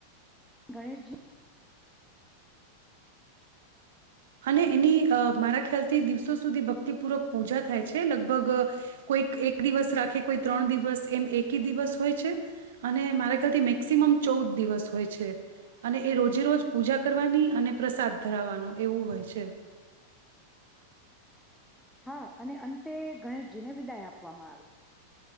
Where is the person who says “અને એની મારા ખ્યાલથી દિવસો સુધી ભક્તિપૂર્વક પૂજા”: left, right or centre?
Right